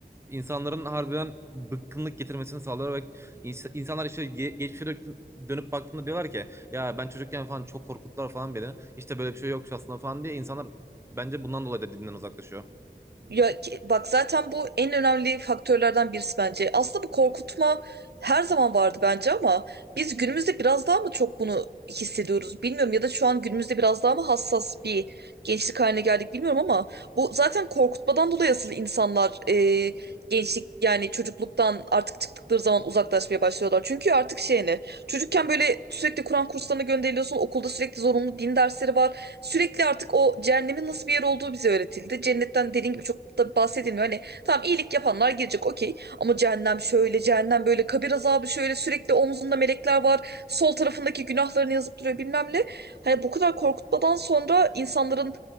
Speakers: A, on the right (about 15°); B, on the right (about 75°).
A: insanların harbiden bıkkınlık getirmesini sağlıyor ve ins- insanlar işte ge geçmişe dö- dönüp baktığında diyorlar ki ya ben çocukken falan çok korkuttular falan beni. İşte böyle bir şey yokmuş aslında falan diye insanlar bence bundan dolayı da dinden uzaklaşıyor.
B: Ya ki- bak zaten bu en önemli faktörlerden birisi bence. Aslında bu korkutma her zaman vardı bence ama biz günümüzde biraz daha mı çok bunu hissediyoruz bilmiyorum ya da şu an günümüzde biraz daha mı hassas bir gençlik haline geldik bilmiyorum ama bu zaten korkutmadan dolayı asıl insanlar e, gençlik yani çocukluktan artık çıktıkları zaman uzaklaşmaya başlıyorlar. Çünkü artık şey ne çocukken böyle sürekli Kur'an kurslarına gönderiliyorsun okulda sürekli zorunlu din dersleri var. Sürekli artık o cehennemin nasıl bir yer olduğu bize öğretildi. Cennetten dediğin gibi çok da bahsedilmiyor. Hani tamam iyilik yapanlar girecek okey. Ama cehennem şöyle, cehennem böyle, kabir azabı şöyle, sürekli omzunda melekler var. Sol tarafındaki günahlarını yazıp duruyor bilmem ne. Hani bu kadar korkutmadan sonra insanların